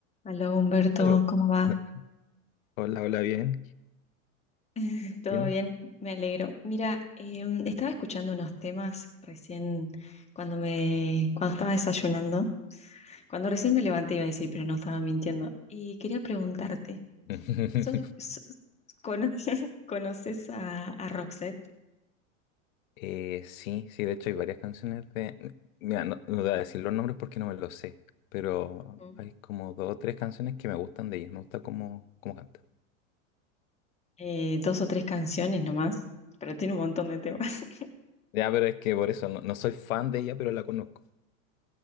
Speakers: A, on the left; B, on the left.
A: Aló Humberto,
B: Aló.
A: ¿cómo va?
B: No, Hola, hola, bien.
A: <laughs> ¿Todo
B: Dime.
A: bien? Me alegro. Mira, em, estaba escuchando unos temas recién cuando me, cuando estaba desayunando, cuando recién me levanté iba a decir, pero no estaba mintiendo. Y quería preguntarte,
B: <laughs>
A: ¿sos de- sos- cono- <laughs> ¿conoces a, a Roxette?
B: Eh, sí, sí, de hecho hay varias canciones de... Mira, no, no voy a decir los nombres porque no me los sé, pero
A: ¿Mm?
B: hay como dos o tres canciones que me gustan de ella, me gusta cómo, cómo canta.
A: Eh, dos o tres canciones nomás, pero tiene un montón de temas. <laughs>
B: Ya, pero es que por eso no, no soy fan de ella, pero la conozco.